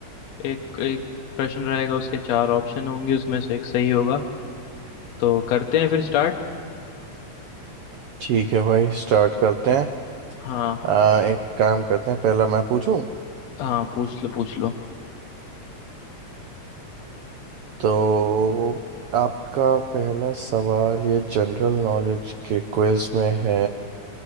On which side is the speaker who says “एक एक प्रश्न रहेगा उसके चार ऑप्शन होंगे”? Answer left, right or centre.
Left